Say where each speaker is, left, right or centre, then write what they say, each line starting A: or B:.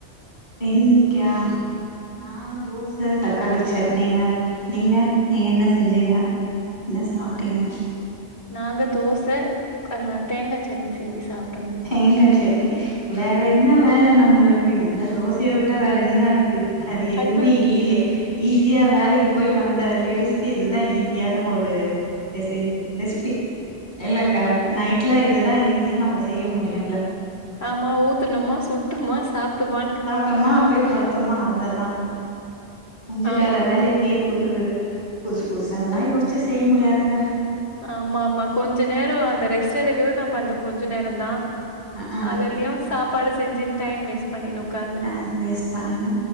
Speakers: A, on the left (about 40°); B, on the left (about 65°).
A: இன்னைக்கா நா தோச தக்காளி சட்னிங்க நீங்க நீங்க என்ன செஞ்சீங்க என்ன சாப்ட்டீங்க
B: ஆ நாங்க தோச ஆ தேங்கா சட்னி செஞ்சு சாப்
A: தேங்கா சட்னி வேற என்ன வேல நம்மளுக்கு எந்த தோசைய விட்டா வேற என்ன இருக் க்கு வேற எதுவுமே
B: அதுதா
A: இல்லையே ஈஸியா வேலைக்கு போயிட்டு வந்த லேடிஸ்க்கு இதுதா ஈஸியான ஒரு ஜசேங்க ரெஸ்பி இல்லக்கா
B: ஆமா
A: நைட்ல இதுதா ஈஸியா நம்ம செய்ய முடியுல
B: ஆமா ஊத்துனமா சுட்டோமா சாப்டோமாங்
A: தமா போய் படுத்தமா அவ்வளோதா செஞ்சுட்டுர
B: ஆமா ஆமா
A: வேலைக்கு புது புதுசு புதுசாலா யோசிச்சு செய்ய முடியாதுங்க
B: ஆமா ஆமா கொஞ்சோ நேரோ அந்த ரெஸ்ட் எடுக்றது நம்ம அந்த கொஞ்சோ நேரோ தா
A: அ ஆ
B: அதலயு சாப்பாடு செஞ்சு டைம் வேஸ்ட் பண்ணினு உட்காந்
A: டைம் வேஸ்ட் பண்ணினு